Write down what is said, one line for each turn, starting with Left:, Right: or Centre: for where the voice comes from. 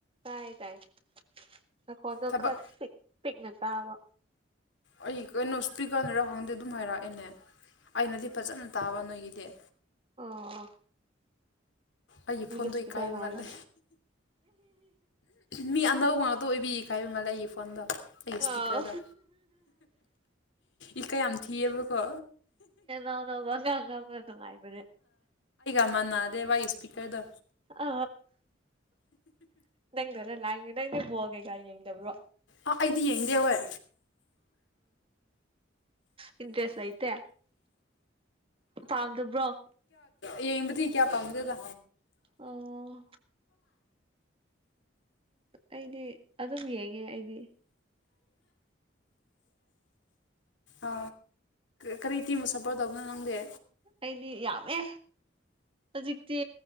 Right: ꯇꯥꯏ ꯇꯥꯏ ꯅꯈꯣꯗꯣ
Left: ꯊꯕꯛ
Right: ꯈꯔ ꯄꯤꯛ ꯄꯤꯛꯅ ꯇꯥꯕ
Left: ꯑꯩ ꯀꯩꯅꯣ ꯏꯁꯄꯤꯀꯅꯔ ꯈꯪꯗꯦ ꯑꯗꯨꯝ ꯍꯥꯏꯔꯛꯑꯦꯅꯦ ꯑꯩꯅꯗꯤ ꯐꯖꯅ ꯇꯥꯕ ꯅꯣꯏꯒꯤꯗꯤ
Right: ꯑꯣ
Left: ꯑꯩꯒꯤ ꯐꯣꯟꯗꯣ
Right: ꯏꯁꯄꯤꯀꯔꯅ
Left: ꯏ ꯀꯥꯏꯕ
Right: ꯑꯣꯏꯔꯝꯅꯤ
Left: ꯃꯥꯜꯂꯦ ꯃꯤ ꯑꯅꯧꯕ ꯉꯥꯛꯇ ꯑꯣꯏꯕꯤ ꯀꯥꯏ ꯃ ꯏ ꯐꯣꯟꯗ ꯑꯩꯒꯤ ꯏꯁꯄꯤꯀꯔꯗ
Right: ꯑꯥꯎ
Left: ꯏꯀ ꯌꯥꯝ ꯊꯤꯑꯕꯀꯣ
Right: ꯅꯧꯅꯉꯥꯡ ꯉꯅ ꯅꯨꯡꯉꯥꯏꯕꯅꯦ
Left: ꯃꯅꯅꯥꯗꯦ ꯥꯏ ꯁꯄꯤꯀꯔꯗꯣ
Right: ꯑ ꯅꯪꯗ ꯅ ꯂꯥꯏꯗ ꯅꯪꯗꯤ ꯕꯣꯜ ꯀꯩꯀꯥ ꯌꯦꯡꯗꯕ꯭ꯔꯣ
Left: ꯑꯥ ꯑꯩꯗꯤ ꯌꯦꯡꯗꯦ ꯍꯦ
Right: ꯑ ꯏꯟꯇꯔꯦꯁ ꯂꯩꯇꯦ ꯄꯥꯝꯗꯕ꯭ꯔꯣ
Left: ꯑꯩꯕꯊꯤ ꯀꯦꯌꯥ ꯄꯝꯗꯗ
Right: ꯑꯣ ꯑꯩꯗꯤ ꯑꯗꯨꯝ ꯌꯦꯡꯉꯦ ꯑꯩꯗꯤ <unintelligible>
Left: ꯑ ꯀꯔꯤ ꯊꯤꯃ ꯁꯄꯣꯔ ꯇꯧꯕꯅꯣ ꯈꯪꯗꯦ
Right: ꯑꯩꯗꯤ ꯌꯥꯝꯃꯦ ꯍꯧꯖꯤꯛꯇꯤ